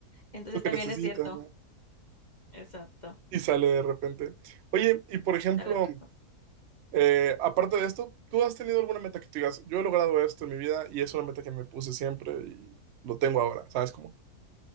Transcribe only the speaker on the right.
lo que
necesitas,
¿no?
Y sale de repente. Oye, y por ejemplo,
eh, aparte de esto, ¿tú has tenido alguna meta que tú digas, yo he logrado esto en mi vida y es una meta que me puse siempre y lo tengo ahora, ¿sabes? cómo?